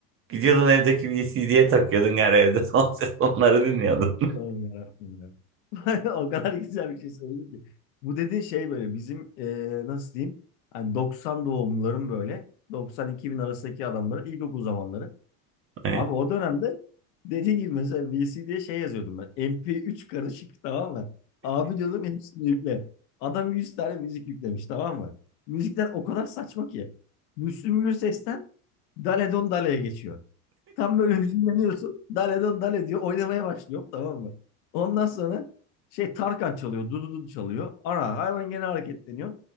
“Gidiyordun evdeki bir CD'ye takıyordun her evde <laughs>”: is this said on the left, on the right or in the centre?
Right